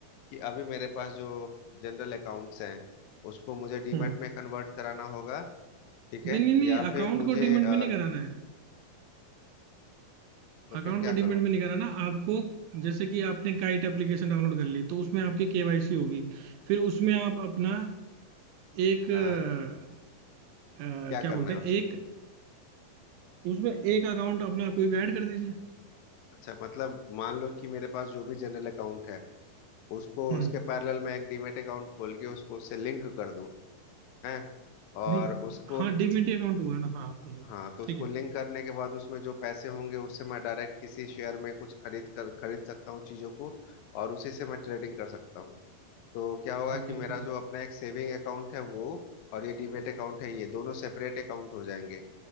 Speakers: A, on the left (about 80°); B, on the right (about 80°).
A: कि अभी मेरे पास जो जनरल अकाउंट्स हैं उसको मुझे डीमैट
B: हम्म
A: में कन्वर्ट कराना होगा ठीक है
B: नहीं नहीं
A: या
B: नहीं अकाउंट
A: फिर मुझे
B: को डीमेट
A: अ,
B: में नहीं कराना है
A: तो फिर
B: अकाउंट
A: क्या
B: को डीमेट
A: करूं
B: में नहीं कराना आपको जैसे कि आपने काइट एप्लीकेशन डाउनलोड कर ली तो उसमें आपकी केवाईसी होगी फिर उसमें आप अपना एक
A: हाँ
B: अ, अ,
A: क्या
B: क्या
A: करना
B: बोलते
A: है
B: हैं
A: उसको
B: एक उसमें एक अकाउंट अपना कोई भी ऐड कर दीजिए
A: अच्छा मतलब मान लो कि मेरे पास जो भी जनरल अकाउंट है उसको
B: हम्म
A: उसके पैरेलल मैं एक डीमैट अकाउंट खोल के उसको उससे लिंक कर दूं हैं और
B: नहीं
A: उसको
B: हाँ डीमेट अकाउंट हुआ ना हाँ हम्म,
A: हाँ तो उसको
B: ठीक है
A: लिंक करने के बाद उसमें जो पैसे होंगे उससे मैं डायरेक्ट किसी शेयर में कुछ खरीद कर खरीद सकता हूँ चीजों को और उसी से मैं ट्रेडिंग कर सकता हूँ तो क्या होगा
B: हाँ
A: कि
B: बिल्कुल
A: मेरा जो अपना एक सेविंग अकाउंट है वो और ये डीमेट अकाउंट है ये दोनों सेपरेट अकाउंट हो जाएंगे